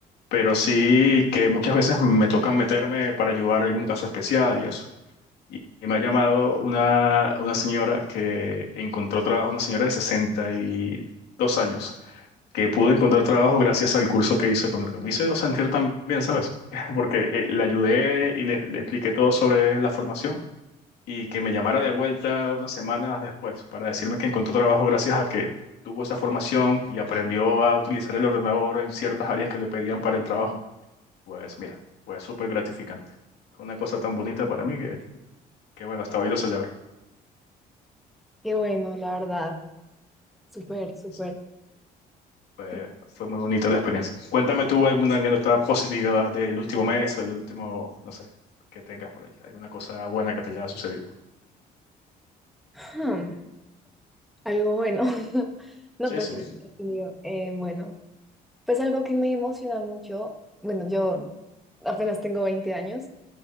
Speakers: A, on the left; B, in the centre.
A: pero sí que muchas veces me toca meterme para ayudar a algún caso especial y eso. Y, y me ha llamado una, una señora que encontró trabajo, una señora de sesenta y dos años, que pudo encontrar trabajo gracias al curso que hizo conmigo. Me hizo sentir también, ¿sabes? <laughs> Porque eh, le ayudé y le le expliqué todo sobre la formación y que me llamara de vuelta unas semanas después para decirme que encontró trabajo gracias a que tuvo esa formación y aprendió a utilizar el ordenador en ciertas áreas que le pedían para el trabajo, pues mira, fue súper gratificante. Fue una cosa tan bonita para mí que, que bueno, hasta hoy lo celebro.
B: Qué bueno, la verdad. Súper,
A: Mm,
B: súper.
A: Sí, fue,
B: Pero,
A: fue muy bonita la experiencia. Cuéntame tú alguna anécdota positiva del último mes o el último, no sé, que tengas por allí, alguna cosa buena que te haya sucedido.
B: ujú, Algo bueno. <laughs> No,
A: Sí,
B: pues
A: sí,
B: sí, he tenido, eh, bueno, pues algo que me emociona mucho. Bueno, yo apenas tengo 20 años,